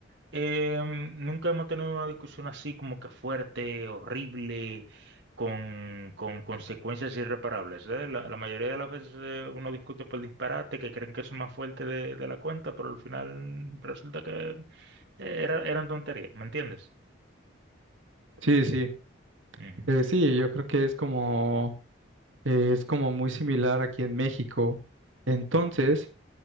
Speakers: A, on the right (about 65°); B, on the right (about 80°).
A: Em, nunca hemos tenido una discusión así como que fuerte, horrible, con, con consecuencias irreparables, ¿eh? La, la mayoría de las veces eh, uno discute por disparate, que creen que son más fuertes de, de la cuenta, pero al final resulta que eh, era- eran tonterías, ¿me entiendes?
B: Sí, sí.
A: Ujú,
B: Eh, sí, yo creo que es como, eh, es como muy similar aquí en México. Entonces,